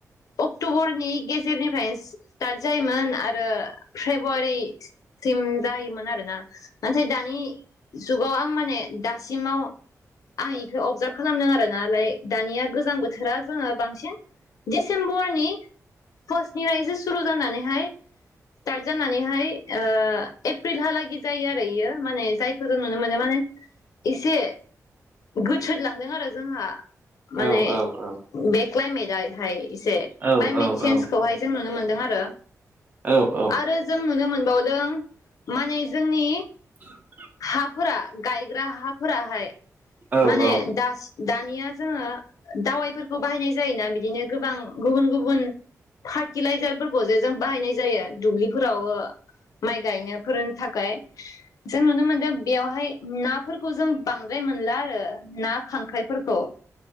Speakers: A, on the left; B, on the right.
A: अक्ट'बरनि गेजेरनिफ्रायनो स्टार्ट जायोमोन आरो फेब्रुवारिसिम जायोमोन आरोना नाथाय दानि जुगाव आं माने दासिमाव आं इखौ अबजार्भ खालामदों आरो नालाय दानिया गोजां बोथोरा जोङो बांसिन डिसेम्बरनि फार्स्टनिफ्राय एसे सुरु जानानैहाय स्टार्ट जानानैहाय एप्रिलहालागि जायो आरो इयो माने जायखौ जों नुनो मोनो माने एसे गोथोलांदों आरो जोंहा माने
B: औ औ औ
A: बे क्लायमेटाय हाय इसे
B: औ
A: क्लाइमेट
B: औ
A: सेनज
B: औ
A: जों नुनो मोनदों आरो
B: औ औ
A: आरो जों नुनो मोनाव माने जोंनि
B: <inaudible>
A: हाफोरा गायग्रा हा फोराहाय
B: औ
A: माने
B: औ
A: दासि दानिया जोङो दावाइफोरखौ बाहायनाय जायोना बिदिनो गोबां गुबुन गुबुन फार्टिलाइजारफोरखौ जे जों बाहायनाय जायो दुब्लिफोराव ओ माइ गायनो फोरनो थाखाय। जों नुनो मोनदों बेयावहाय नाफोरखौ जों बांद्राय मोन ला आरो। ना खांख्राइफोरखौ।